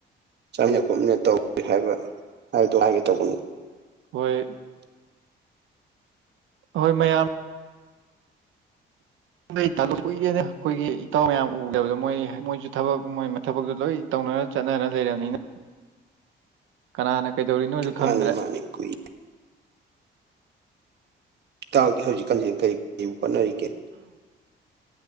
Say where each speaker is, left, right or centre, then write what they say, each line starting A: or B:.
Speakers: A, on the right; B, on the right.
A: ꯆꯥꯃꯤꯟꯅ ꯈꯣꯠꯃꯤꯟꯅ ꯇꯧꯒꯦ ꯍꯥꯏꯕ ꯍꯥꯏꯕꯗꯣ ꯍꯥꯏꯒꯦ ꯇꯧꯕꯅꯤ
B: ꯍꯣꯏ ꯍꯣꯏ ꯃꯌꯥꯝ ꯗ ꯑꯩ ꯇꯥꯂꯨꯏꯔꯦꯅ ꯑꯩꯈꯣꯏꯒꯤ ꯏꯇꯥꯎ ꯃꯌꯥꯝ ꯎꯗꯕꯗꯣ ꯃꯣꯏ ꯃꯣꯏꯁꯨ ꯊꯕꯛ ꯃꯣꯏ ꯊꯕꯛꯇꯣ ꯂꯣꯏ ꯇꯧ ꯆꯠꯅ ꯂꯩꯅꯤꯅ ꯀꯅꯥꯅ ꯀꯩꯗꯧꯔꯤꯅꯣꯁꯨ
A: ꯃꯥꯅꯤ
B: ꯈꯪꯗ꯭ꯔꯦ
A: ꯃꯥꯅꯤ ꯀꯨꯏ ꯏ ꯇꯥꯎꯒꯤ ꯍꯧꯖꯤꯛꯀꯥꯟꯁꯤ ꯀꯔꯤ ꯀꯨ ꯍꯣꯠꯅꯔꯤꯒꯦ